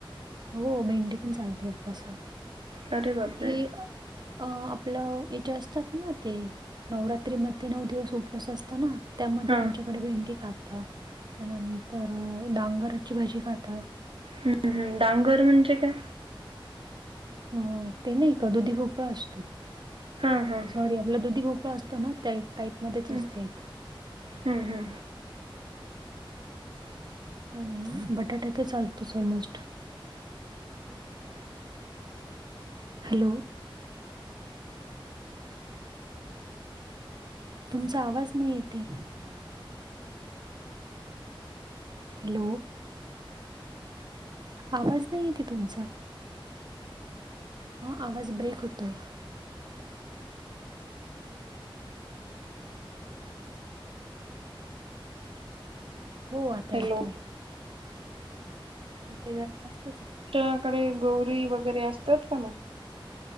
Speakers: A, on the right; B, on the right.
A: हो भेंडी पण चालते उपवासात,
B: अरे बापरे
A: हे अ आपलं येचे असतात ना ते, नवरात्रीमध्ये नऊ दिवस उपवास असत ना. त्यामध्ये
B: हा
A: आमच्याकडे भेंडी खाता, त्यानंतर डांगरची भाजी खाता.
B: हम्म हम्, डांगर म्हणजे काय?
A: हं ते नाही का दुधी भोपळा असतो.
B: हां हां.
A: म्हणजे आपला दुधी भोपळा असतो ना, त्या टाईप मध्येच
B: हम्म
A: असतं एक.
B: हम्म.
A: आणि बटाटा तर चालतोच ऑलमोस्ट. हॅलो. तुमचा आवाज नाही येतेय. हॅलो, आवाज नाही येते तुमचा. हां आवाज ब्रेक होतोय. हो आता
B: हॅलो
A: येतोय. तेज्यातनच <unintelligible>
B: च्याकडे गौरी वगैरे असतात का मग?